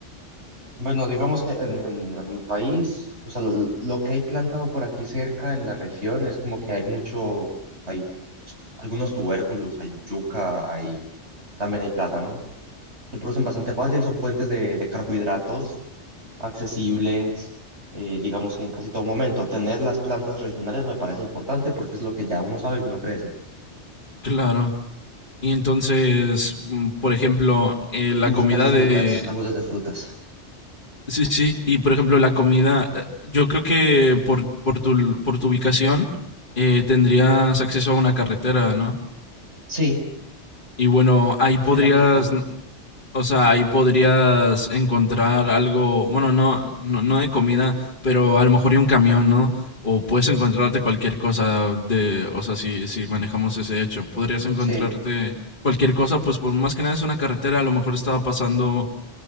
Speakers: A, on the right (about 70°); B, on the left (about 45°).
A: bueno, digamos que en, en, en mi país, o sea, lo, lo que hay plantado por aquí cerca en la región es como que hay mucho, hay algunos tubérculos, hay yuca, hay También hay plátano. Se producen bastante fácil, son fuentes de, de carbohidratos accesibles, eh, digamos que en casi todo momento. Tener las plantas regionales me parece importante porque es lo que ya uno sabe que uno crece.
B: Claro. Y entonces, mm, por ejemplo, eh, la
A: Y buscar
B: comida
A: frutas,
B: de...
A: árboles de frutas.
B: Sí, sí. Y por ejemplo, la comida... eh, Yo creo que por, por tu, por tu ubicación eh, tendrías acceso a una carretera, ¿no?
A: Sí,
B: Y bueno, ahí podrías,
A: sí, una puerta cerca.
B: o sea, ahí podrías encontrar algo, bueno, no, no, no de comida, pero a lo mejor y un camión, ¿no? O puedes encontrarte cualquier cosa de, o sea, si, si manejamos ese hecho, podrías encontrarte
A: Sí,
B: cualquier cosa, pues por más que nada es una carretera, a lo mejor estaba pasando